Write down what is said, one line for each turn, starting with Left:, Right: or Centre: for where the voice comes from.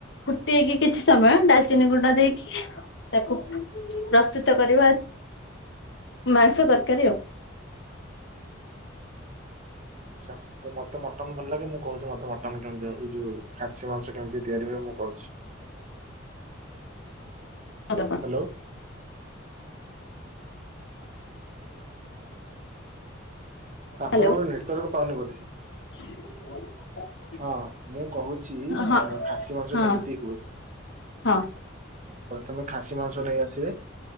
Left: ଫୁଟେଇକି କିଛି ସମୟ ଡାଲ୍ଚିନି ଗୁଣ୍ଡ ଦେଇକି ତାକୁ। ପ୍ରସ୍ତୁତ କରିବା। ମାଂସ ତର୍କାରୀ ଆଉ।
Right: ଆଚ୍ଛା ତ ମତେ ମଟନ୍ ଭଲ ଲାଗେ ମୁଁ କହୁଚି ମତେ ମ ଟନ୍ କେମିତି ଏଇ ଯୋଉ ଖାସୀ ମାଂସ କେମତି ତିଆରି ହୁଏ ମୁଁ କହୁଛି।
Left: ଆଉ କାହାକୁ।
Right: ହାଲୋ। ଆପଣଙ୍କର
Left: ହ୍ୟାଲୋ
Right: ନେଟୱାର୍କ ପାଉନି ବୋଧେ।
Left: <unintelligible>
Right: ହଁ ମୁଁ କହୁଛି
Left: ହଁ
Right: ଖାସି ମାଂସ
Left: ହଁ
Right: କେମିତି ହୁଏ।
Left: ହଁ
Right: ପ୍ରଥମେ ଖାସି ମାଂସ ନେଇ ଆସିବେ